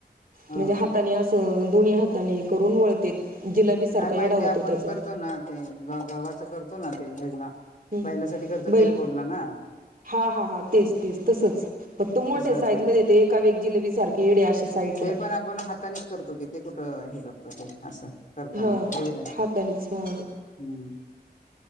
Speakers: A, on the left; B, on the right.
A: हो
B: म्हणजे
A: हा
B: हाताने असं दोन्ही हाताने करून वळत जिलाबी सारखा
A: काय माहीत
B: येडा होतो
A: आपण
B: त्याचा
A: करतो ना ते गव्हाच करतो ना ते हेला.
B: हम्म
A: बैलासाठी करतो
B: बैल
A: तेच बोलला ना.
B: हा हा हा तेच तेच तसंच. फक्त मोठ्या
A: तसं
B: साईज
A: ते
B: मध्ये येते एका व एक जिलेबी सारखे येडे असे साईटला.
A: ते पण आपण हातानेच करतो की ते कुठं हे करतो ते असं. करताना
B: हा हाताणिच हा.
A: हम्म